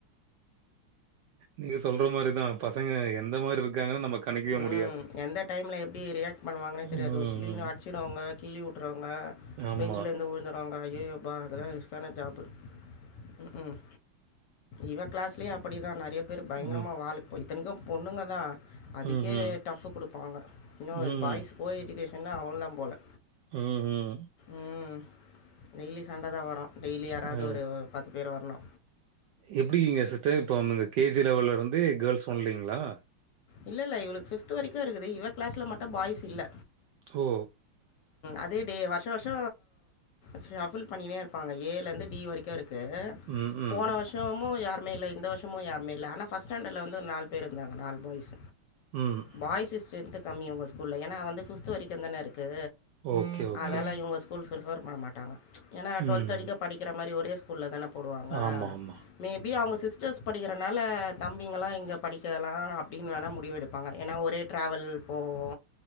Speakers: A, on the right; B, on the left.
A: நீங்க சொல்ற மாரிதா பசங்க எந்த மாரி இருக்காங்கன் நம்ம கணிக்கவே
B: ம்
A: முடியாது
B: எந்த டைமல எப்டி ரியாக்ட் பண்ணுவாங்கன்னே தெரியாது
A: ம்,
B: ஒரு சிலி
A: ம்.
B: அடிச்சிடுவாங்க கிளி விட்றுவாங்க
A: ஆமா.
B: பெஞ்சலேந்து உழந்துருவாங்க ஐய்யயோ யப்பா அதலா ரிஸ்க்கான ஜாப்பு ம் ம் இவ கிளாஸ்லயே அப்படிதா நறைய பேர் பயங்கரமா
A: ம்.
B: வாலு இத்தனைக்கு பொண்ணுங்க தா அதுக்கே
A: ம்ஹ்ம்.
B: டஃப்பு குடுப்பாங்க இன்னு
A: ம்.
B: பாய்ஸ் கோ எஜுகேஷன்னா அவள தா போல
A: ம் ம்
B: ம் டெய்லி சண்ட தா வரு டெய்லி யாராவது
A: அ.
B: ஒரு பத்து பேர் வரணு
A: எப்டிங்க சிஸ்டர் இப்போ வந்துங்க கே ஜி லெவல்ல இருந்தே கேர்ள்ஸ் ஒன்லிங்களா
B: இல்ல இல்ல இவளுக்கு ஃபிப்த்து வரைக்கு இருக்குது இவ கிளாஸ்ல மட்டு பாய்ஸ் இல்ல
A: ஓ
B: அதே டே வருஷ வருஷ ஃஷபுல் பண்ணினே இருப்பாங்க ஏலருந்து டீ வரைக்கு இருக்கு
A: ம், ம்,
B: போன வர்ஷ ஷமு யாருமே இல்ல இந்த வருஷமோ யாருமே இல்ல ஆனா பஸ்ட் ஸ்டாண்டர்ட்ல வந்து ஒரு நாலு பேர் இருந்தாங்க நாலு பாய்ஸ்
A: ம்.
B: பாய்ஸ்சு ஸ்ட்ரென்த்து கம்மி உங்க ஸ்கூல்ல ஏனா வந்து ஃபிஃப்து வரைக்கு தான இருக்கு
A: ஓகே, ஓகே.
B: அதெலா இவங்க ஸ்கூல் பிரிஃபர் பண்ண மாட்டாங்க ஏன்னா டுவெல்த்
A: ம்.
B: அடிக்க படிக்கிற மாரி ஒரே ஸ்கூல்ல தான போடுவாங்க
A: ஆமா, ஆமா.
B: மேபி அவங்க சிஸ்டர்ஸ் படிக்கிறனால தம்பிங்கலா இங்க படிக்கலா அப் டினு வேணா முடிவெடுப்பாங்க ஏனா ஒரே டிராவல் போவோ